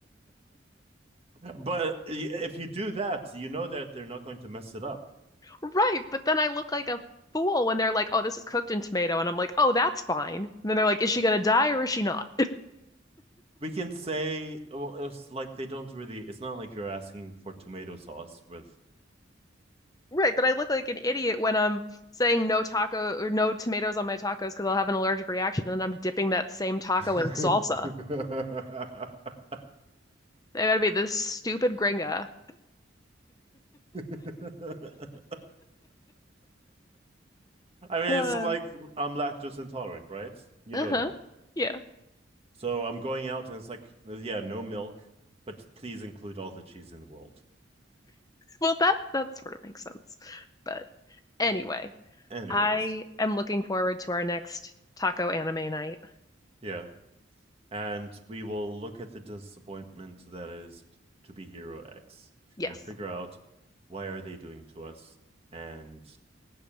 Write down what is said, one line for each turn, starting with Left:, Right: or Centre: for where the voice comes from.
Right: but if you do that, you know that they're not going to mess it up.
Left: Right, but then I look like a fool when they're like, "Oh, this is cooked in tomato." And I'm like, "Oh, that's fine." And then they're like, "Is she going to die or is she not?"
Right: We can say, well, it's like they don't really, it's not like you're asking for tomato sauce with
Left: <laughs> Right, but I look like an idiot when I'm saying no taco or no tomatoes on my tacos because I'll have an allergic reaction and then I'm dipping that same taco
Right: <laughs>
Left: in salsa. I gotta be this stupid gringa.
Right: <laughs> I mean,
Left: <sighs>
Right: it's like I'm lactose intolerant, right? You
Left: Uh,
Right: know
Left: uh-huh.
Right: that.
Left: Yeah.
Right: So I'm going out and it's like, yeah, no milk, but please include all the cheese in the world.
Left: Well, that that sort of makes sense. But
Right: Like,
Left: anyway,
Right: anyways,
Left: I am looking forward to our next taco anime night.
Right: yeah. And we will look at the disappointment that is to be Hero X
Left: Yes.
Right: and figure out why are they doing to us and